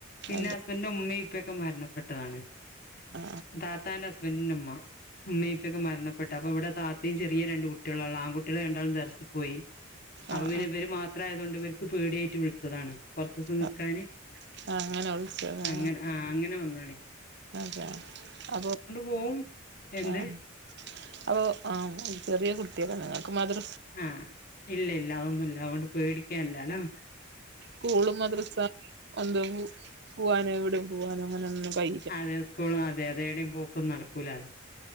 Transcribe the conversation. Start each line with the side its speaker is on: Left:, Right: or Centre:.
Left: പിന്നെ
Right: അതെ
Left: ഹസ്ബൻഡ ഉമ്മയും ഇപ്പൊക്കെ മരണപ്പെട്ടു
Right: ആ
Left: താത്താന്റെ ഹസ്ബൻറിന്റെ ഉമ്മ ഉമ്മ ഇപ്പൊക്കെ മരണപ്പെട്ട..... അപ്പൊ ഇവിടെ താത്തം ചെറിയ രണ്ടു കുട്ടികളാല്ലോ ആൺകട്ടികൾ കണ്ടാലും ദർസ പോയി അപ്പൊ
Right: ആ ആ
Left: പിന്നെവര്
Right: ആ
Left: മാ ത്ര ആയത കൊണ്ട് ഇവർക്ക് പേടിയായിട്ട് വിളിച്ചതാണ് കുറച്ച ദിവസം നക്കാന്
Right: ആ ആ അങ്ങനെ വിളിച്ചതാ
Left: അങ്ങനെ ആഹ് അങ്ങനെ വന്നാണേ.....
Right: അത അപ്പോ
Left: പോവും എന്ത്
Right: ആഹ്. അപ്പൊ ആഹ ചെറിയ കുട്ടിയളാ ങ്ങക്ക് മാതൃ
Left: ആഹ് ഇല്ല ഇല്ല അതൊന്നുല്ല അതുകൊണ്ട് പേടിക്കാൻല്ലാലോ.
Right: കൂളും മദൃസ എന്ത് പു പോവാനോ എവിടെയും പോവാനോ അങ്ങനെ ഒന്നും കൈ.
Left: അതെ സ്കൂളും അതെ അതേടിം പോക്കും നടക്കൂലാല്